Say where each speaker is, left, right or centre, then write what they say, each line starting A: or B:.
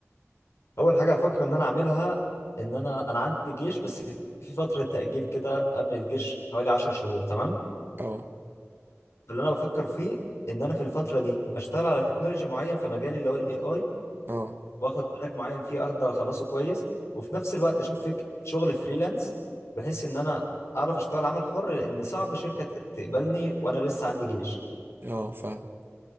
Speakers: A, on the left (about 65°); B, on the right (about 45°).
A: اول حاجه هفكر ان انا اعملها ان انا انا عندي جيش بس في فتره تاجيل كده قبل الجيش حوالي 10 شهور تمام
B: اه
A: فاللي انا بفكر فيه ان انا في الفتره دي اشتغل على تكنولوجي معين في مجالي اللي هو الاي اي
B: اه
A: واخد تراك معين فيه افضل اخلصه كويس وفي نفس الوقت اشوف فيك شغل فريلانس بحيث ان انا اعرف اشتغل عمل حر لان صعب شركه ت- تقبلني وانا لسه عندي جيش
B: اه فاهمك